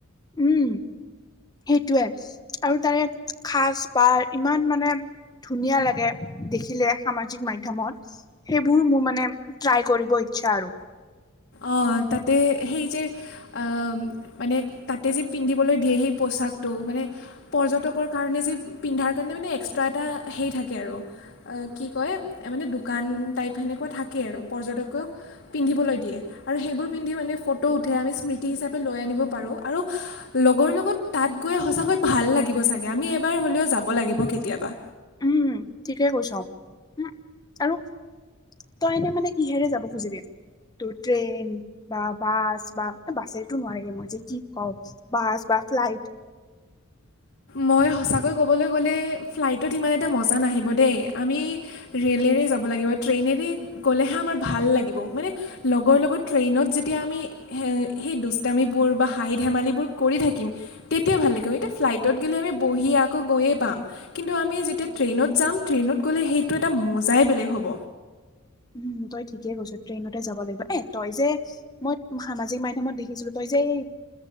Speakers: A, on the left (about 20°); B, on the left (about 55°).
A: উম সেইটোৱে আৰু তাৰে খাজ পাৰ ইমান মানে ধুনীয়া লাগে দেখিলে সামাজিক মাধ্যয়মত সেইবোৰ মোৰ মানে ট্ৰাই কৰিব ইচ্ছা আৰু
B: অ তাতে সেই যে আ মানে তাতে যে পিন্ধিবলৈ দিয়ে সেই পচাকটো মানে পৰ্যটকৰ কাৰণে যে পিন্ধাৰ কাৰণে মানে এক্সট্ৰা এটা হেই থাকে আৰু অ কি কয় এ মানে দোকান টাইপ সেনেকুৱা থাকে আৰু পৰ্যটকও পিন্ধিবলৈ দিয়ে আৰু সেইবোৰ পিন্ধি মানে ফটো উঠে আমি স্মৃতি হিচাপে লৈ আনিব পাৰোঁ আৰু লগৰ লগত তাত গৈ সঁচাকৈ ভাল লাগিব চাগে আমি এবাৰ হ'লেও যাব লাগিব কেতিয়াবা
A: উম ঠিকে কৈছ উ আৰু তই এনে মানে কিহেৰে যাব খুজিবি তোৰ ট্ৰেইন বা বাছ বা বাছেটো নোৱাৰিবি মই যে কি কওঁ বাছ বা ফ্লাইট
B: মই সঁচাকৈ ক'বলৈ গ'লে ফ্লাইটত ইমান এটা মজা নাহিব দেই আমি ৰেলেৰে যাব লাগিব ট্ৰেইনেৰে গ'লেহে আমাৰ ভাল লাগিব মানে লগৰ লগত ট্ৰেইনত যেতিয়া আমি হে সেই দুষ্টামিবোৰ বা হাঁহি ধেমালিবোৰ কৰি থাকিম তেতিয়া ভাল লাগিব এই তে ফ্লাইটত গ'লে আমি বহি আকৌ গৈয়ে পাম কিন্তু আমি যেতিয়া ট্ৰেইনত যাম ট্ৰেইনত গ'লে সেইটো এটা মজাই বেলেগ হ'ব
A: উম তই ঠিকেই কৈছ ট্ৰেইনতে যাব লাগিব এ তই যে মই সামাজিক মাধ্যমত দেখিছিলো। তই যে এই